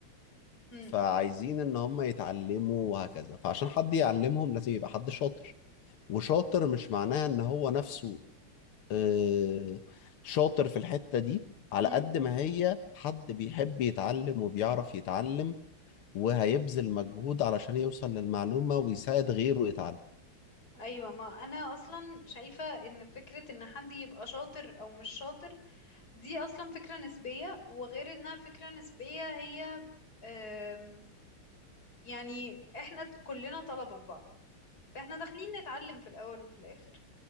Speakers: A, on the left; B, on the left.
A: مم.
B: فعايزين ان هم يتعلموا وهكذا فعشان حد يعلمهم لازم يبقى حد شاطر وشاطر مش معناه ان هو نفسه آه، شاطر في الحتة دي على
A: مم.
B: قد ما هي حد بيحب يتعلم وبيعرف يتعلم وهيبذل مجهود علشان يوصل للمعلومة ويساعد غيره يتعلم
A: ايوه ما انا اصلا شايفه ان فكره ان حد يبقى شاطر او مش شاطر دي اصلا فكره نسبيه وغير انها فكره نسبيه هي آم، يعني احنا كلنا طلبه في بعض فاحنا داخلين نتعلم في الاول وفي الاخر